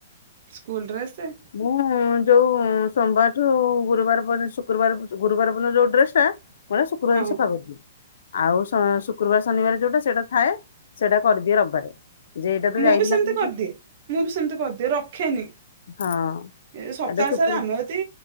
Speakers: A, on the right; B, on the left.
A: School dress.
B: ହୁଁ। ଯୋଉ ସୋମବାର ଠୁ ଗୁରୁବାର ପର୍ଯ୍ୟ ଶୁକ୍ରବାର ଗୁରୁବାର ପର୍ଯ୍ୟନ୍ତ ଯୋଉ ଡ୍ରେସ ଟା। ମୁଁ ହେରା ଶୁକ୍ରବାର
A: ହଁ
B: ସଫା କରୁଛି। ଆଉ ଶୁକ୍ରବାର ଶନିବାର ଯୋଉଟା ସେଇଟା ଥାଏ ସେଇଟା କରିଦିଏ ରବିବାରେ। ଯେ ଏଇଟା ତ
A: ମୁଁ
B: ଯାଇଥିଲା
A: ବି ସେମିତି
B: ହୁଁ
A: କରିଦିଏ। ମୁଁ ବି ସେମିତି କରିଦିଏ ରଖେନି।
B: ହଁ
A: ଏ ସପ୍ତାହ
B: ଏଟା ଶୁକ୍ର
A: ସାରା ଆମେ ଯଦି